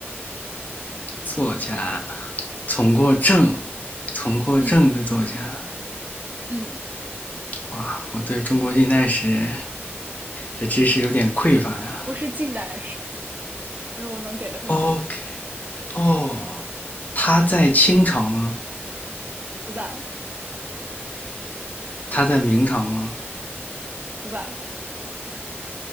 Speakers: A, on the left; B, on the right.
A: 作家，从过正，从过正的作家。
B: 嗯嗯，
A: 哇，我对中国近代史的知识有点匮乏呀。
B: 不是近代史，这是我能给的 hint，
A: OK，哦，他在清朝吗？
B: 不在
A: 他在明朝吗？
B: 不在。